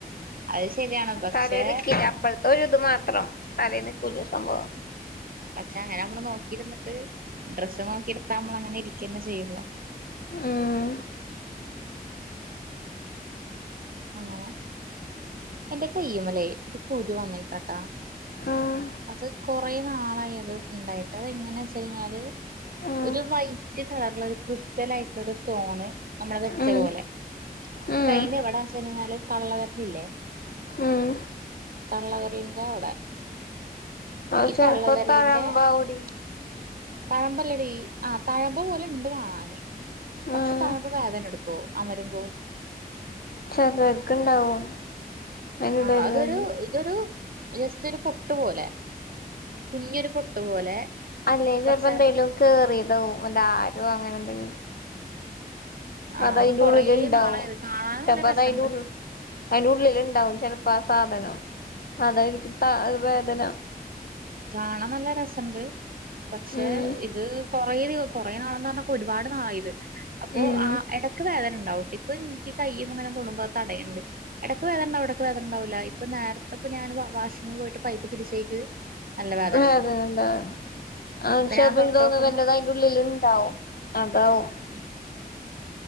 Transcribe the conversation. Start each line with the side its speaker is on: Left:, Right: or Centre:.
Right: അത് ശരിയാണ് പക്ഷെ
Left: തരേന്ന്കെ അപ്പ ഒരിത് മാത്രം തലേന്ന് കൂല സംഭവം
Right: പക്ഷെ അങ്ങനെ അമ്മള് നോക്കിയിരുന്നിട്ട് ഡ്രസ്സ് നോക്കി നമ്മളങ്ങനെ ഇരിക്കന്നെ ചെയ്യുള്ളൂ
Left: ഉം
Right: അങ്ങനെ എന്റെ കയ്യുമലേ ഒരു കുരു വന്നേക്ക ട്ടാ
Left: ഉം
Right: അത് കൊറെ നാളായി അത് ഇണ്ടായിട്ട് അത് എങ്ങന വെച്ചഴിഞ്ഞാല്
Left: ഉം
Right: ഒരു വൈറ്റ് കളറില് ഒരു ക്രിസ്റ്റൽ ആയിട്ടുള്ള ഒരു സ്റ്റോണ് നമ്മള് വെച്ച
Left: ഉം
Right: പോലെ
Left: ഉം
Right: കയ്യിന്റെവടാൻചാ ചെന്നാല് തള്ളവെരലില്ലേ
Left: ഉം
Right: തള്ളവെരലിന്റെ അവിടെ
Left: അത്
Right: ഈ
Left: ചെലപ്പോ
Right: തള്ള വെരലിന്റെ
Left: തഴമ്പ കൂടി
Right: ഓഹ് തഴമ്പല്ലടി ആ തഴമ്പ് പോലെ ഇണ്ട് കാണാന് പക്ഷെ
Left: ഉം
Right: തഴമ്പ് വേദന എടു- ക്കു അമരുമ്പോ
Left: ചലവർക് ഇണ്ടാവും അതിനിടയിലൊന്ന്
Right: ആഹ് അതൊരു അതൊരു ജസ്റ്റ് ഒരു പൊട്ട് പോലെ കുഞ്ഞൊരു പൊട്ടു പോലെ
Left: അല്ലേൽ ചെൽപോ
Right: പക്ഷെ
Left: എന്തേലും കേറിയതാവും വല്ല ആരോ അങ്ങനെന്തെങ്കിലും
Right: ആഹ്
Left: അതയിന്റുള്ളില്
Right: അത് കൊറേ
Left: ഇണ്ടാവും
Right: നാളായി ഇത് കാണാൻ നല്ല
Left: ചൽപ്പഅതയിന്റെ
Right: രസണ്ട്
Left: ഉള്ളില് അയിന്റെുള്ളില് ഇണ്ടാവും ചെലപ്പ ആ സാധനം അതായിരിക്കും ത വേദന
Right: കാണാ നല്ല രസണ്ട് പക്ഷെ
Left: ഉം
Right: ഇത് കൊറെ കൊറെ നാളെന്ന് പറഞ്ഞ കൊരുപാട് നാളായി ഇത് അപ്പൊ
Left: ഉം
Right: ആ എടയ്ക്ക് വേദന ഇണ്ടാവും ഇപ്പൊ എനിക്ക് കയ്യുംതൊടുബോ ഇങ്ങനെ തടയണ് ണ്ട്. എടയ്ക്ക് വേദനിണ്ടാവും എടയ്ക്ക് വേദനണ്ടാവുല്ല ഇപ്പ നേരത്ത് പ്പ ഞാന് വാ വാഷ്റൂമി പോയിട്ട് പൈപ്പ് തിരിച്ചേക്ക് നല്ല
Left: വേദന
Right: വന്നു
Left: ഉണ്ടോ അഹ്
Right: ഇപ്പൊ
Left: ചെൽപോ
Right: ഞാൻ തൊട്ടോക്കുമ്പോ
Left: ഇന്ക് തോന്നുന്നത് വല്ലതും അയിന്റെ ഉള്ളിൽ ഇണ്ടാവും അതാവും
Right: <inaudible>